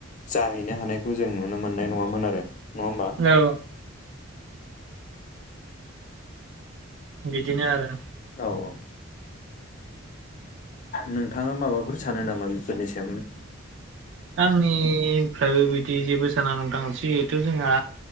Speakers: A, on the left (about 40°); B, on the right (about 60°).
A: जाहैनो हानायखौ जों नुनो मोननाय नङामोन आरो नङा होमबा?
B: औ बिदिनो आरो
A: औ औ नोंथाङा माबाफोर सानो नामा बेफोरनि सायाव
B: आंनिफ्रायबो बिदि जेबो साना नोथां जि जोंहा